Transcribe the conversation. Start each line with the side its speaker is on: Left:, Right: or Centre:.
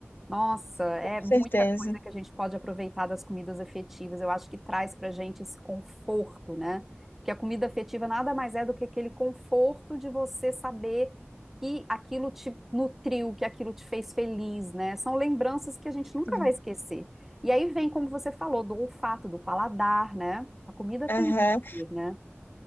Centre: Nossa, é
Left: com certeza.
Centre: muita coisa que a gente pode aproveitar das comidas afetivas. Eu acho que traz pra gente esse conforto, né? Porque a comida afetiva nada mais é do que aquele conforto de você saber que aquilo te nutriu, que aquilo te fez feliz, né? São lembranças que a gente nunca
Left: Sim.
Centre: vai esquecer. E aí vem, como você falou, do olfato, do paladar, né? A comida
Left: Aham.
Centre: tem, isso, né?